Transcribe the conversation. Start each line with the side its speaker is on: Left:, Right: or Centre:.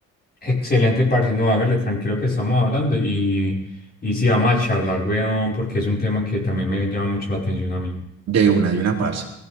Left: Excelente, parce, no, hágale tranquilo que estamos hablando y, y sí, vamos a charlar, weón, porque es un tema que también me llama mucho la atención a mí.
Right: de una, de una, parce.